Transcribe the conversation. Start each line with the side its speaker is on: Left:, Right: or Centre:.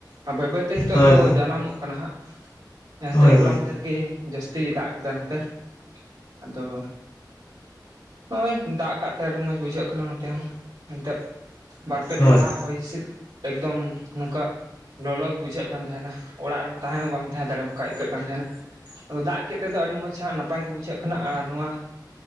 Right: ᱟᱨ ᱵᱟᱹᱭ ᱵᱟᱹᱭᱛᱮ ᱱᱤᱛᱚᱜ
Left: ᱦᱳᱭ
Right: ᱫᱚ ᱡᱟᱱᱟᱢᱚᱜ ᱠᱟᱱᱟ ᱦᱟᱸᱜ
Left: ᱦᱳᱭ
Right: ᱮᱱᱛᱜ ᱦᱚᱞᱟ
Left: ᱦᱳᱭ
Right: ᱢᱟᱦᱫᱷᱮᱨ ᱜᱮ᱾ ᱡᱟᱹᱥᱛᱤ ᱫᱟᱜ ᱠᱮᱫᱟ ᱱᱚᱛᱮ ᱟᱫᱚ ᱱᱚᱜ-ᱚᱭ ᱫᱟᱜ ᱠᱟᱜ᱾ ᱛᱮ ᱟᱹᱰᱤ ᱢᱚᱸᱡᱽ ᱵᱩᱡᱷᱟᱹᱜ ᱠᱟᱱᱟ ᱱᱚᱛᱮ ᱦᱚᱸ ᱱᱤᱛᱚᱜ ᱵᱟᱨ ᱯᱮ ᱫᱤᱱ
Left: ᱦᱳᱭ
Right: ᱞᱟᱦᱟ᱾ <unintelligible> ᱦᱚᱭ ᱦᱤᱥᱤᱫ ᱮᱠᱫᱚᱢ ᱱᱚᱝᱠᱟ᱾ ᱞᱚᱞᱚ ᱜᱮ ᱵᱩᱡᱷᱟᱹᱜ ᱠᱟᱱ ᱛᱟᱦᱮᱱᱟ ᱚᱲᱟᱜ ᱨᱮᱢ ᱛᱟᱦᱮᱸ ᱦᱚᱸ ᱵᱟᱢ ᱛᱟᱦᱮᱸ ᱫᱟᱲᱮᱭᱟᱜᱼᱟ ᱚᱱᱠᱟ ᱟᱹᱭᱠᱟᱹᱜ ᱠᱟᱱ ᱛᱟᱦᱮᱱᱟ᱾ ᱟᱫᱚ ᱫᱟᱜ ᱠᱮᱫ ᱛᱮᱫᱚ ᱟᱹᱰᱤ ᱢᱚᱸᱡ ᱱᱟᱯᱟᱭ ᱜᱮ ᱵᱩᱡᱷᱟᱹᱜ ᱠᱟᱱᱟ ᱟᱨ ᱱᱚᱣᱟ᱾